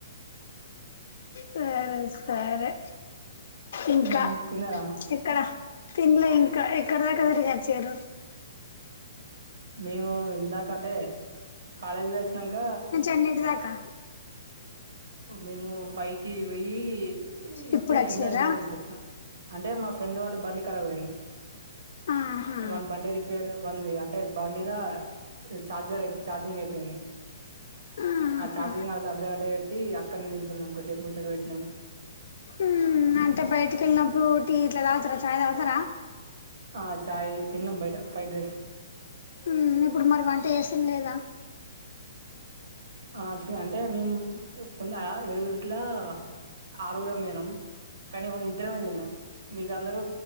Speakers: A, on the left; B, on the right.
A: సరె సరె ఇంక
B: మ్ తిన్నారా
A: ఎక్కడ తిన్లే ఇంక ఎక్కడదాకా తిరిగొచ్చిరు
B: మేమూ ఇందాకంటే కాలేజ్ పోయోచ్చినంక
A: ఎన్నింటి దాకా
B: మేమూ ఫైకి పొయ్యి ఇప్పుడే
A: ఇప్పుడు వచ్చిర్రా
B: ఇందాకనే రూమ్కొచ్చినం అంటే మా ఫ్రెండ్ వాళ్ళ బండి ఖరాబయింది
A: ఆహా
B: వాన్ బండి రిపేర్ వన్ది టే బండిలా చార్జరయిపె చఛార్జింగ్ అయిపోయింది
A: ఆహా
B: ఆ ఛార్జింగ్ అర్ధగంట బెట్టీ ఇగ అక్కడ్నే నిలుచున్నం కొసేపు ముచ్చట పెట్టినం
A: ఊ అంటే బయటికెళ్ళినప్పుడూ టీ ఇట్ల తాగుతారా చాయ్ తాగుతరా
B: ఆ చాయ్ తిన్నం బయట ఫ్రైడ్ రైస్
A: హుమ్మ్ ఇప్పుడు మరి వంట చేసుల్లేదా
B: ఆ అంటే మేం కొంద ఏడుగురిట్లా ఆరుగురం బోయినం కనీ ఓ ఇద్దరమే దిన్నం మిగతా అందరూ